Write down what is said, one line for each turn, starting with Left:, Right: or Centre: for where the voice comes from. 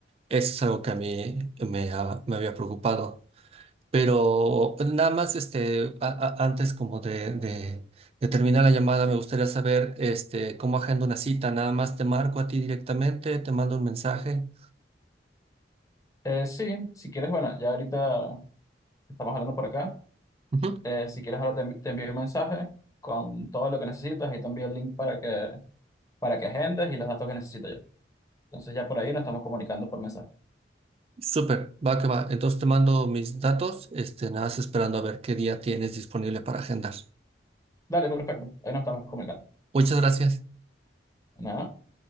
Right: Eso es algo que a mí me, ha- me había preocupado. Pero nada más, este, a- a- antes como de, de- de terminar la llamada, me gustaría saber, este, cómo agendo una cita. Nada más te marco a ti directamente, te mando un mensaje.
Left: Eh, sí, si quieres, bueno, ya ahorita Estamos hablando por acá.
Right: Ujú.
Left: Eh, si quieres, ahora te, envi- te envío un mensaje con todo lo que necesitas y también el link para que, para que agendes y los datos que necesito yo. Entonces ya por ahí nos estamos comunicando por mensaje.
Right: Súper, va que va. Entonces te mando mis datos, este, nada más esperando a ver qué día tienes disponible para agendar.
Left: Dale, perfecto. Ahí nos estamos comunicando.
Right: Muchas gracias.
Left: Nada.